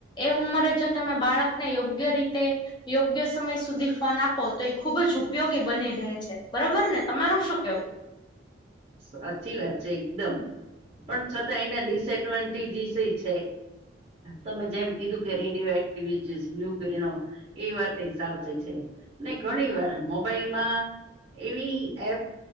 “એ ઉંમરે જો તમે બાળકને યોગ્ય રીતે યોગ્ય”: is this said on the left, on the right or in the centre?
Left